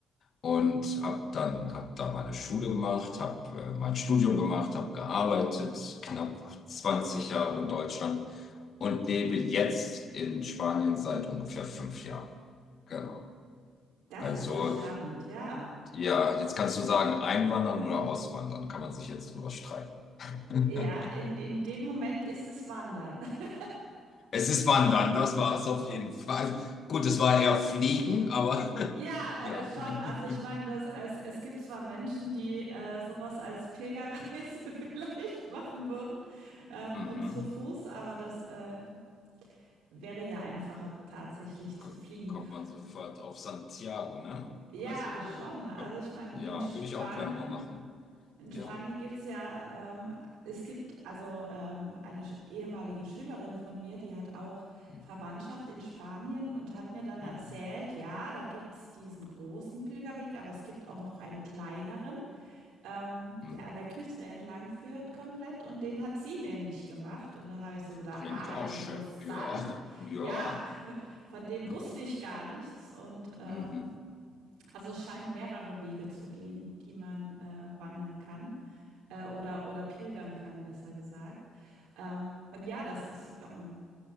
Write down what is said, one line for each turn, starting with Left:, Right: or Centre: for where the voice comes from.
Left: und habe dann hab da meine Schule gemacht, habe äh, mein Studium gemacht, habe gearbeitet, knapp 20 Jahre in Deutschland und lebe jetzt in Spanien seit ungefähr fünf Jahren. Genau.
Right: das
Left: Also,
Right: ist ja spannend, ja.
Left: ja, jetzt kannst du sagen, einwandern oder auswandern, kann man sich jetzt drüber streiten. <laughs>
Right: Ja, in, in dem Moment ist es Wandern. <laughs>
Left: Es ist Wandern, das war es auf jeden Fall. Gut, es war eher Fliegen, aber <laughs>
Right: Ja,
Left: ja.
Right: äh, schon.
Left: <laughs>
Right: Also ich meine, das, es, es gibt zwar Menschen, die äh, sowas als Pilgerreise <laughs> vielleicht machen würden ähm,
Left: Mhm.
Right: und zu Fuß, aber das äh, wäre ja einfacher tatsächlich zu
Left: k-
Right: fliegen.
Left: kommt man sofort auf Santiago, ne?
Right: Ja,
Left: Also,
Right: schon. Also
Left: äh,
Right: ich meine,
Left: ja,
Right: in Spanien,
Left: würde ich auch gerne mal machen.
Right: in Spanien
Left: Ja.
Right: gibt's ja, ähm, es gibt also ähm, eine sch- ehemalige Schülerin von mir, die hat auch
Left: Hm,
Right: Verwandtschaft in Spanien und hat mir dann erzählt,
Left: hm,
Right: ja, da gibt's diesen großen Pilgerweg, aber es gibt auch noch einen kleineren, ähm,
Left: hm.
Right: der an der Küste entlang führt komplett und den hat sie nämlich gemacht. Und dann habe ich so gedacht,
Left: Klingt
Right: ah,
Left: auch
Right: interessant.
Left: schön. Ja, ja.
Right: Ja, Von dem
Left: Hm,
Right: wusste ich gar nichts. Und ähm,
Left: Mhm.
Right: also es scheint mehrere Wege zu gehen, die man äh, wandern kann äh, oder, oder pilgern kann, besser gesagt. Ähm, und ja, das ist, ähm,